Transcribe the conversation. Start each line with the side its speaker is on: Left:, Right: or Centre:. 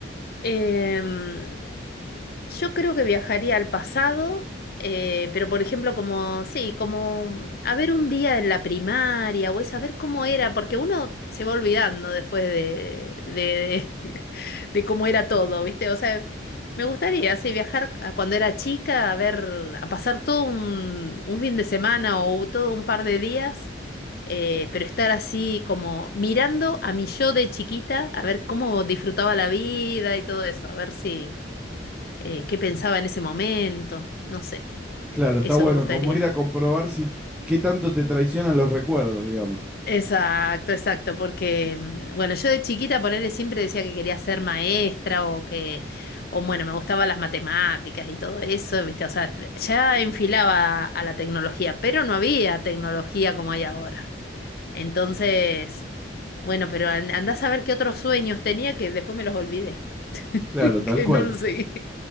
Left: em, Yo creo que viajaría al pasado, eh, pero por ejemplo, como, sí, como a ver un día en la primaria o es a ver cómo era, porque uno se va olvidando después de, de, <laughs> de cómo era todo, ¿viste? O sea, me gustaría, sí, viajar a cuando era chica, a ver, a pasar todo un, un fin de semana o todo un par de días, eh, pero estar así como mirando a mi yo de chiquita, a ver cómo disfrutaba la vida y todo eso, a ver si eh, qué pensaba en ese momento, no sé,
Centre: Claro, está
Left: eso
Centre: bueno,
Left: me gustaría.
Centre: como ir a comprobar si qué tanto te traicionan los recuerdos, digamos.
Left: Exacto, exacto, porque mm, bueno, yo de chiquita por él siempre decía que quería ser maestra o que, o bueno, me gustaban las matemáticas y todo eso, ¿viste? O sea, ya enfilaba a la tecnología, pero no había tecnología como hay ahora. Entonces, bueno, pero an- andá a saber qué otros sueños tenía que después me los olvidé,
Centre: Claro,
Left: <laughs>
Centre: tal
Left: que
Centre: cual.
Left: no los seguí.